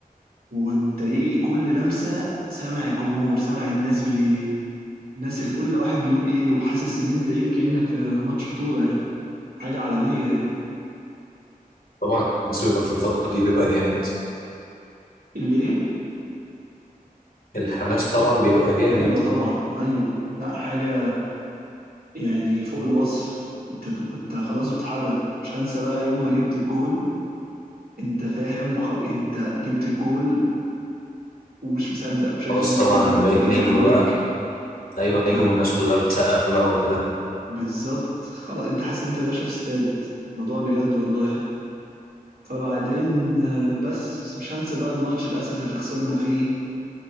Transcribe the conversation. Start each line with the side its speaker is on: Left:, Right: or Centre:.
Right: وانت ايه كل لمسة سامع الجمهور سامع الناس بي الناس اللي كل واحد بيقول ايه وحاسس ان انت ايه كأنك في ماتش بطولة يعني حاجة عالمية يعني
Left: طبعا الناس بيبقى في الفتره دي بيبقى جامد
Right: اللي ايه
Left: الحماس طبعا بيبقى جامد
Right: ايوه طبعا ايوه لا حاجة يعني فوق الوصف انت ب... انت خلاص بتحرك مش هنسى بقى يوم ما جبت الجول انت فاهم خل... انت جبت الجول ومش مصدق وشايف
Left: خلاص
Right: الناس
Left: طبعا
Right: كلها بتجري
Left: بقيت نجم
Right: عليك
Left: بقى ايوه نجم
Right: آه.
Left: والناس كلها بتسقف بقى وكده
Right: بالظبط خلاص انت حاسس ان انت يا باشا في استاد الموضوع بجد والله فبعدين آه، بس بس مش هنسى بقى الماتش للاسف اللي خسرنا فيه